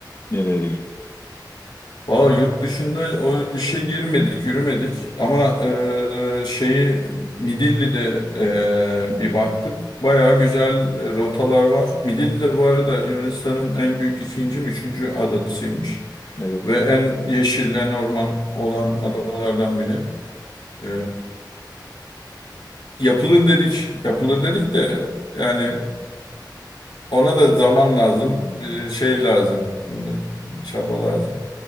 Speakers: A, on the left; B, on the left.
A: nerelere gitti?
B: Valla yurt dışında o işe girmedik, yürümedik ama e, şeyi Midilli'de e, bir baktık. Bayağı güzel rotalar var. Midilli de bu arada Yunanistan'ın en büyük ikinci mi üçüncü adasıymış.
A: Evet.
B: Ve en yeşil, en orman olan adalardan biri. E, yapılır dedik, yapılır dedik de yani Ona da zaman lazım, bir şey lazım, çaba lazım.